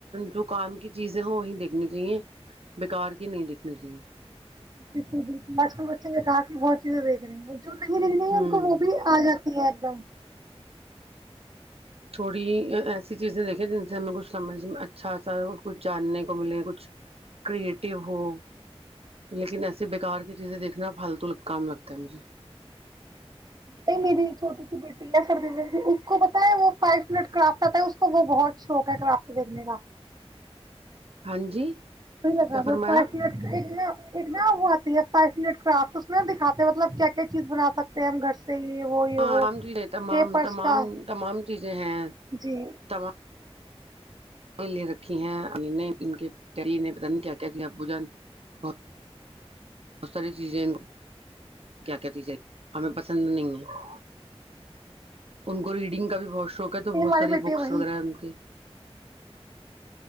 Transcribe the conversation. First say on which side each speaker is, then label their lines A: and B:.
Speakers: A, on the right (about 65°); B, on the right (about 40°).
A: جو کام کی چیزیں ہو وہی دیکھنی چاہیے بیکار کے نہیں دیکھنی چاہیے
B: بالکل بالکل آج کل بچے کے کہا بہت چیزیں دیک رہے ہیں جو نہیں لنی
A: ہوں
B: ان کو وہ بھی آ جاتا <unintelligible>
A: چھوٹا بھی ایسی چیزیں دیکھیں جے ہم کچھ سمجھ میں اچھا سا کچھ جاننے کو ملے کچھ کریٹو ہو لیکن ایسی بکار کی چیزیں دیکھنا پالتول کام لگتا ہے مجھے
B: نہیں میری چھوٹی سی بیٹی ہے سرد اس کو بتا وہ فائی منٹ کرافٹ آتا ہے اس کو وہ بہت شوق ہے کرافٹ دیکھنے کا
A: ہاں جی
B: لگا
A: کیا فرمایا
B: دو پانچ منٹ ایک نہ وہ آتی ہے پانچ منٹ <unintelligible> تو آپ تو اس میں دکھاتے ہیں مطلب کیا چیز بنا سک ہیں ہم گھر سے یہ وہ یہ
A: ہاںام
B: وہ
A: چیزیں تمام
B: پیپرس
A: تمام
B: کا
A: تمام چیزیں ہیں
B: یہ
A: تمام لے رکھی ہیں <unintelligible> ان کے ڈری نے بتن کیا کیا <unintelligible> کیا کیا ب جن بہت بہت ساری چیزیں کیا کیا چیزیں ہمیں پسند نہیں ہے ان کو ریڈنگ کا بھی بہت شو شوق ہے تو بہت
B: ہماری
A: ساری
B: بیٹی
A: بکس
B: وہی
A: وغیرہ ان کے <unintelligible>